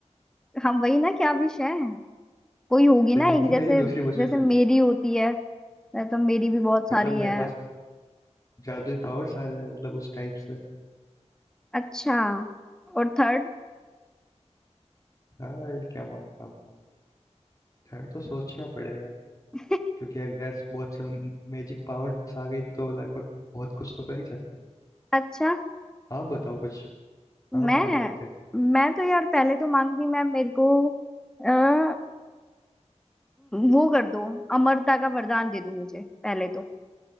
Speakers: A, in the centre; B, on the left.
A: हम वही ना क्या विश है कोई होगी
B: तो
A: ना
B: यही
A: एक जैसे
B: मेरी दूसरी विश
A: जैसे मेरी होती है मतलब मेरी भी बहुत सारी
B: मतलब मेरे
A: है
B: पास जादुई पावर्स आ जाए मतलब उस टाइप से
A: अच्छा और थर्ड
B: थर्ड क्या मानता हूँ मैं थर्ड तो सोचना पड़ेगा
A: <laughs>
B: क्योंकि अगर बहुत से मैजिक पावर्स आ गई तो लगभग बहुत कुछ तो कर ही सकते हैं
A: अच्छा
B: आप बताओ कुछ
A: मैं
B: आप क्या मानते हैं
A: मैं तो यार पहले तो मांगती मैं मेरे को आ, वो कर दो अमरता का वरदान दे दो मुझे पहले तो कि